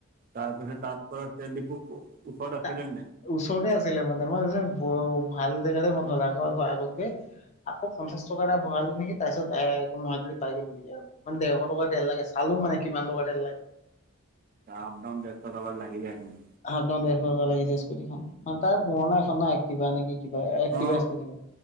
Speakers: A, on the right (about 40°); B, on the left (about 35°).
A: তাৰপিছত তাৰ পৰা তেল ডিফু ওচৰত আছিলে
B: তা-
A: নাই
B: ওচৰতে আছিলে মানে মই ভাবিছো ব ভাল জেগাতে বন্ধ হল আ আকৌ আগত কৈ আকৌ পঞ্চাশ টকা এটা ভৰালো নেকি তাৰপিছত এ মহাটলী পাই গলোহি মানে দেৰশ টকাৰ তেল লাগে চাল লো মানে কিমান টকা তেল লাগে
A: আপ ডাউন দেৰ শ টকা লাগি যায় উম
B: আপ ডাউন দেৰ শ টকা লাগি যায় স্কুটীখন তাৰ পুৰণা এখন না একটিভা নে কি একটিভা একটিভা
A: অ',
B: স্কুটী কয় অ